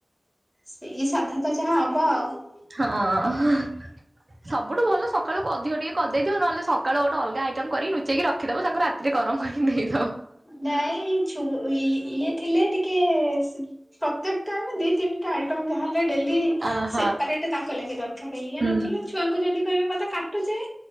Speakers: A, on the left; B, on the right.
A: ସେଇ ସାଧା ତ ଯାହା ହବ ଆଉ
B: ହଁ। ସବୁଠୁ ଭଲ ସକାଳୁ ଅଧିକ ଟିକେ କରିଦେଇଥିବ, ନହେଲେ ସକାଳୁ ଗୋଟ ଅଲଗ ଆଇଟମ କରିିକ ନୁଚେଇକି ରଖିଦବ ତାକୁ ରାତି ରେ ଗରମ କରିିକି ଦେଇଦ
A: ନାଇଁ ଛୁ ଏ ଇଏ ଥିଲେ ଟିକେ ପ୍ରତ୍ୟେକ ଟାଇମ୍ ଦି ତିନି ଦିଟା ଆଇଟମ୍ ଯାହାହେଲେ ଡେଲି
B: ଅହ।
A: ସେପାରେଟ୍ ତାଙ୍କ ଲାଗି ଦରକାର ଏଇଆ
B: ହୁଁ
A: ନଥିଲେ ଛୁ ଛୁଆଙ୍କୁ ଯଦି କହିବେ ମତେ କାଟୁଛି